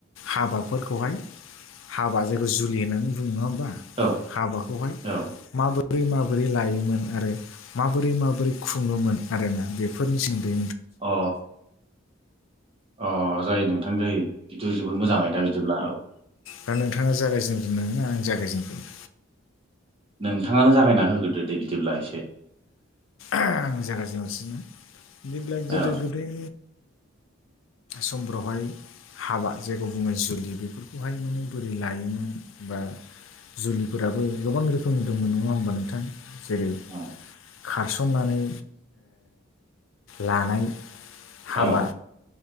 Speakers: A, on the left (about 70°); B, on the right (about 25°).
A: हाबाफोरखौहाय हाबा जायखौ जुलि होननानै बुङो नङा होमबा।
B: औ
A: हाबाखौहाय
B: औ
A: माबोरै माबोरै लायोमोन आरो माबोरै माबोरै मोरै खुङोमोन आरोना बेफोरनि सोमोनदै
B: अ अ जायो नों थां जायो। बेथ जोबोद मोजाङ आयदा बिदिब्ला औ।
A: दा नोंथाङा जागायजेनग्रोनो ना आं जागायजेनग्रोनो?
B: नोंथाङानो जागायना होग्रोदो दे बिदिब्ला एसे।
A: आं जागायजेननोसै। जेब्ला
B: औ
A: गोदो गोदाय समफोरावहाय हाबा जायखौ बुङो जुलि बेफोरखौहाय माने बोरै लायोमोन बा जुलिफोराबो गोबां रोखोमनि दंमोन नङा होमबा नोंथां। जेरै-
B: औ।
A: खारसननानै लानाय हाबा,
B: औ